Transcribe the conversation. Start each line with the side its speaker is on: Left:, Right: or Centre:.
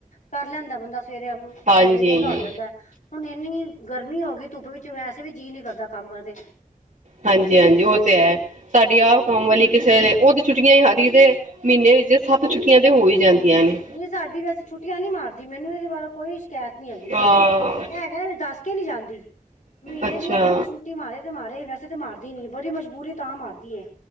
Left: ਕਰ ਲੈਂਦੈ ਬੰਦਾ ਸਵੇਰੇ ਅੰ
Right: ਹਾਂਜੀ
Left: ਸਵੇਰੇ ਵੇਲਾ ਹੋ ਜਾਂਦੈ। ਹੁਣ ਏਨੀ ਗਰਮੀ ਹੋ ਗਈ ਧੁੱਪ ਵਿੱਚ ਵੈਸੇ ਵੀ ਜੀਅ ਨੀ ਕਰਦਾ ਕੰਮ ਕਰਨ ਤੇ।
Right: ਹਾਂਜੀ- ਹਾਂਜੀ। ਉਹ ਤੇ ਹੈ, ਸਾਡੀ ਆਪ ਕੰਮ ਵਾਲੀ ਕਿਸੇ ਵੇਲ਼ੇ ਉਥ ਚੁੱਕੀ ਹਾਲੀ ਤੇ ਮੀਨੇ ਵਿੱਚ ਸੱਤ ਛੁੱਟੀਆਂ ਤੇ ਹੋ ਹੀ ਜਾਂਦੀਆਂ ਨੇ।
Left: ਨਹੀਂ ਸਾਡੀ ਵੈਸੇ ਛੁੱਟੀਆਂ ਨੀ ਮਾਰਦੀ ਮੈਨੂੰ ਇਦੇ ਵਲੋ ਕੋਈ ਸ਼ਕੈਤ ਨੀ ਹੈਗੀ।
Right: ਹਾਂ
Left: ਏ ਹੈਗਾ ਐ ਦੱਸ ਕੇ ਨੀ ਜਾਂਦੀ ਮੀਨੇ
Right: ਅੱਛਾ
Left: ਦੀ ਇਹ ਅੱਧੀ ਛੁੱਟ ਟੀ ਮਾਰੇ ਤੇ ਮਾਰੇ ਵੈਸੇ ਤੇ ਮਾਰਦੀ ਨੀ ਬੜੀ ਮਜਬੂਰੀ ਏ ਤਾਂ ਮਾਰਦੀ ਏ।